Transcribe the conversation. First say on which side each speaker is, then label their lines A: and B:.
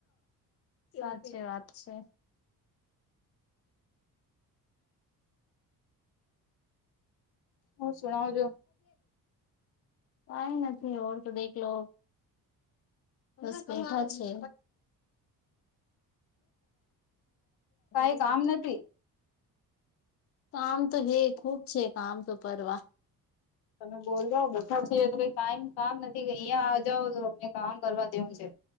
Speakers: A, on the left; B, on the left.
A: સાચી વાત છે.
B: ઓર શણાવ જો
A: આઈ નથી ઔર તો દેખલો બસ બેઠા છે.
B: કઈ
A: <inaudible>
B: કામ નથી
A: કામ તો હે ખુબ છે કામ તો કરવા
B: તમે બોલ જાવ બેઠા છી તો કાઈ ક કામ નથી અહિયાં આ જાવો તો અમને કામ કરવા વું છે,